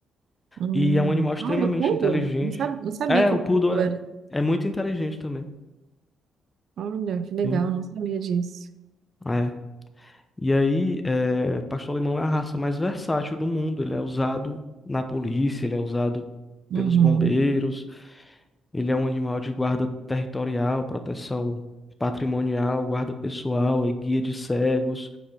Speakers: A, on the right; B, on the left.
A: Hum,
B: E é um animal extremamente
A: olha, o poodle?
B: inteligente.
A: Não sabia, não sabia
B: É,
A: que
B: o
A: o
B: Poodle
A: poodle era.
B: é, é muito inteligente também.
A: Olha, que legal,
B: Sim.
A: não sabia disso.
B: é E aí, é, pastor alemão é a raça mais versátil do mundo. Ele é usado na polícia, ele é usado
A: Uhum,
B: pelos bombeiros, ele é um animal de guarda territorial, proteção patrimonial, guarda pessoal, é guia de cegos,